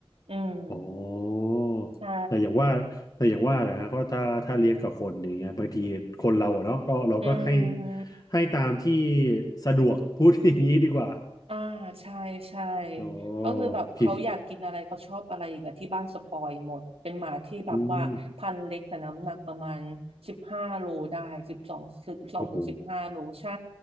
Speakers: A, on the right; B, on the left.
A: อืม
B: อ๋อ
A: ใช่
B: แต่อย่างว่าแต่อย่างว่านะฮะก็ถ้าถ้าเลี้ยงกับคนอย่างเงี้ยบางทีคนเราอะเนาะก็เราก็ให้
A: อืม
B: ให้ตามที่สะดวกพูดอย่างนี้ดีกว่า
A: อ่าใช่ใช่
B: อ๋อ
A: ก็คือแบบเขาอยากกินอะไรเขาชอบอะไรอีกอะที่บ้านสปอยหมดเป็นหมาที่แบบว่าพันธุ์เล็กแต่น้ำหนักประมาณสิบห้าโลได้สิบสองสิบสองถึงสิบห้าโลใช่
B: โอเค อืมโอ้โห